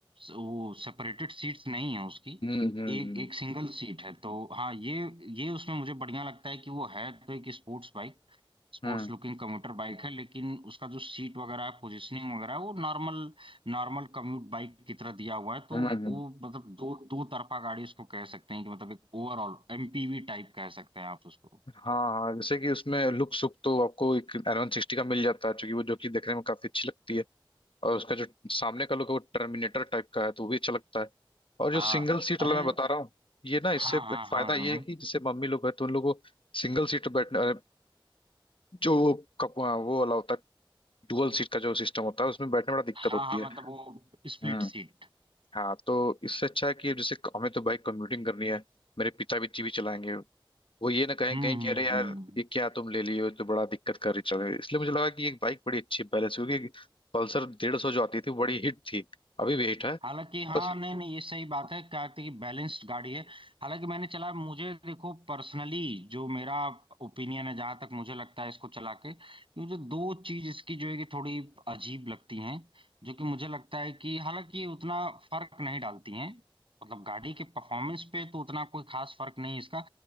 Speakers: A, on the right; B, on the left.
A: वो सेपरेटेड सीट्स नहीं है उसकी
B: हम्म हम्म
A: एक एक सिंगल सीट है तो हाँ ये ये उसमें मुझे बढ़िया लगता है कि वो है तो एक sports bike sports
B: हम्म
A: looking commuter bike है लेकिन उसका जो सीट वगैरह है पोजिशनिंग वगैरह है वो नॉर्मल नॉर्मल कम्यूट बाइक की तरह दिया हुआ है तो
B: हम्म, हम्म,
A: वो मतलब दो दो तरफा गाड़ी उसको कह सकते हैं कि मतलब एक ओवरऑल एमपीवी टाइप कह सकते हैं आप उसको
B: हाँ हाँ जैसे कि उसमें लुक सुक तो आपको एक एन वन सिक्सटी का मिल जाता है क्योंकि वो जो कि देखने में काफी अच्छी लगती है और उसका जो सामने का लुक है वो टर्मिनेटर टाइप का है तो वो भी अच्छा लगता है और
A: हाँ
B: जो सिंगल सीट
A: अरे
B: वाला मैं बता रहा हूँ ये ना इससे
A: हाँ
B: एक
A: हाँ हाँ
B: फायदा
A: हाँ
B: ये है कि जैसे मम्मी लोग है तो उन लोगों को सिंगल सीट बैठने अरे, जो कप हाँ, वो वाला होता है डुअल सीट का जो सिस्टम होता है उसमें बैठने में बड़ा दिक्कत
A: हाँ
B: होती
A: हाँ
B: है
A: मतलब वो
B: हम्म
A: स्प्लिट सीट
B: हाँ तो इससे अच्छा है कि जैसे हमें तो बाइक कम्यूटिंग करनी है मेरे पिता भी जीवी चलाएंगे वो ये ना कहें
A: हम्म
B: कहीं
A: हम्म
B: कि अरे यार
A: हम्म
B: ये क्या तुम ले लिए हो, ये तो बड़ा दिक्कत कर रही चल रही है। इसलिए मुझे लगा कि ये बाइक बड़ी अच्छी बैलेंस क्योंकि पल्सर डेढ़ सौ जो आती थी वो बड़ी हिट थी अभी भी हिट है
A: हालांकि और हाँ
B: बस
A: ये नहीं सब नहीं ये सही बात है कार्तिक की बैलेंस्ड गाड़ी है हालांकि मैंने चला मुझे देखो पर्सनली जो मेरा ओपिनियन है जहां तक मुझे लगता है इसको चला के कि मुझे दो चीज इसकी जो है कि थोड़ी अजीब लगती हैं जो कि मुझे लगता है कि हालांकि ये उतना फर्क नहीं डालती हैं मतलब गाड़ी के परफॉर्मेंस पे तो उतना कोई खास फर्क नहीं है इसका